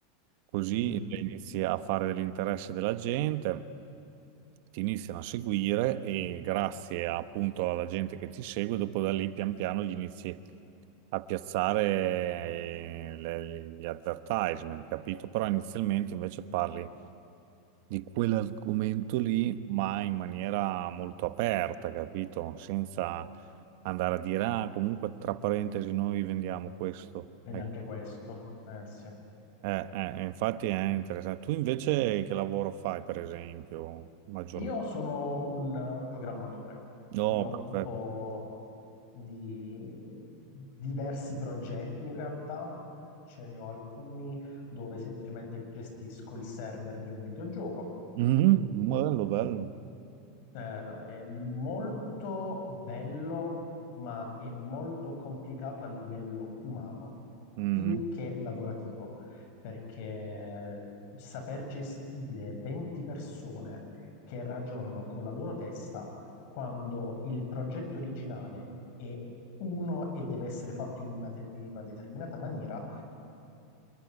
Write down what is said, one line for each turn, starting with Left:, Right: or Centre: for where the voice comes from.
Right: Così
Left: mm,
Right: inizi a fare dell'interesse della gente, ti iniziano a seguire e grazie appunto alla gente che ti segue, dopo da lì pian piano gli inizi a piazzare eh, le- gli advertisement, capito? Però inizialmente invece parli di quell'argomento lì, ma in maniera molto aperta, capito? Senza andare a dire, ah, comunque tra parentesi noi vendiamo questo.
Left: Quindi
Right: Ecco.
Left: anche questo. Eh, sì.
Right: Eh, eh, eh, infatti è interessante. Tu invece che lavoro fai, per esempio, maggiormente?
Left: Io sono un eh, programmatore,
Right: No,
Left: mi occupo
Right: perfetto.
Left: di diversi progetti in realtà, ce ne ho alcuni dove semplicemente gestisco il server di un videogioco
Right: Mhm, Bello, bello.
Left: Eh, no, è molto bello, ma è molto complicato a livello umano,
Right: Mhm.
Left: più che lavorativo, perché saper gestire 20 persone che ragionano con la loro testa quando il progetto originale è uno e deve essere fatto in una te- in una determinata maniera,